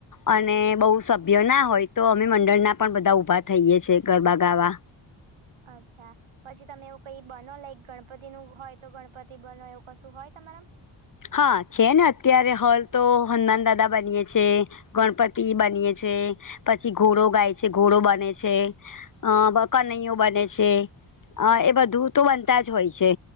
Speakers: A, on the left; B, on the right.
A: અને બઉ સભ્ય ના હોય તો અમે મંડળના પણ બધા ઉભા થઈએ છીએ ગરબા ગાવા.
B: અચ્છા.. પછી તમે એવું કઈ બનો લાઈક ગણપતિ નું હોય તો ગણપતિ બનો એવું કશું હોય તમારામા..
A: હા છેને અત્યારે હોય તો હનુમાન દાદા બનીએ છીએ. ગણપતિ બનીએ છે પછી ઘોડો ગાય છે ઘોડો બને છે. અ કનૈઓ બને છે. હ એ બધું તો બનતા જ હોય છે